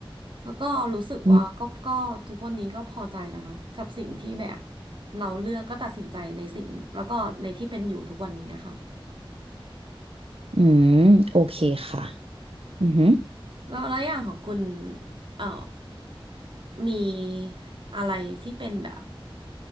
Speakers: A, on the right; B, on the right.
A: แล้วก็รู้สึกว่าก็ก็ทุกวันนี้ก็พอใจนะคะกับสิ่งที่แบบ
B: อืม
A: เราเลือกก็ตัดสินใจในสิ่งแล้วก็ในที่เป็นอยู่ทุกวันนี้อะค่ะ
B: อืมโอเคค่ะอือฮึ
A: แล้วแล้วอย่างของคุณเอ่อมีอะไรที่เป็นแบบ